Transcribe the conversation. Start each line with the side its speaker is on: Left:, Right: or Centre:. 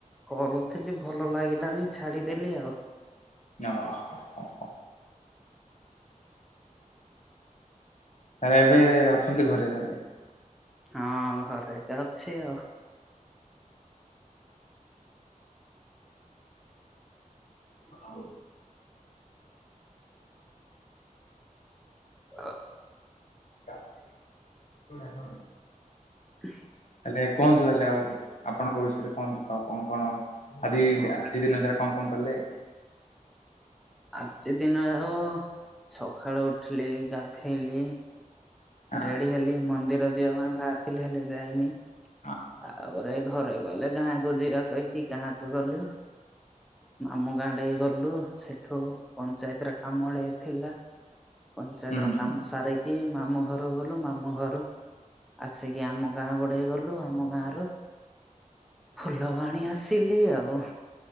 Centre: କରୁଥିଲି ଭଲ ଲାଗିଲାନି ଛାଡିଦେଲି ଆଉ।
Left: ଅ ହ ହ। ତାହେଲେ ଏବେ ଅଛନ୍ତି ଘରେ ତାହେଲେ।
Centre: ହଁ ଘରେ ଏକା ଅଛି ଆଉ।
Left: ଅହ। <inaudible>
Centre: ଅ।
Left: <unintelligible>
Centre: <inaudible>
Left: ତାଲେ କୁହନ୍ତୁ ତାହେଲେ ଆଉ, ଆପଣଙ୍କ ବିଷୟରେ କୁହନ୍ତୁ। ଆଉ କଣ କଣ ଆଜି ଆଜି ଦିନ ସାର କଣ କଣ କଲେ?
Centre: ଆଜି ଦିନରେ ଆଉ, ସକାଳୁ ଉଠିଲି ଗାଧେଇଲି।
Left: ଆଁ
Centre: ରେଡି ହେଲି, ମନ୍ଦିର ଯିବା ପାଇଁ ବାହାରି ଥିଲି, ହେଲେ ଯାଇନି।
Left: <unintelligible>
Centre: ତାପରେ ଘରେ କହିଲେ ଗାଁକୁ ଯିବା କହିକି ଗାଁକୁ ଗଲୁ। ମାମୁ ଗାଁ ଆଡେ ଗଲୁ। ସେଠୁ ପଞ୍ଚାୟତର କାମଡ଼େ ଥିଲା।
Left: <inaudible>
Centre: ପଞ୍ଚାୟତ ର
Left: ହୁଁ
Centre: କାମ ସାର କି ମାମୁ ଘରୁ ଗଲୁ। ମାମୁ ଘରୁ ଆସିକି ଆମ ଗାଁ ଗୁଡେ ଗଲୁ, ଆମ ଗାଁ ର ଫୁଲବାଣୀ ଆସିଲି ଆଉ।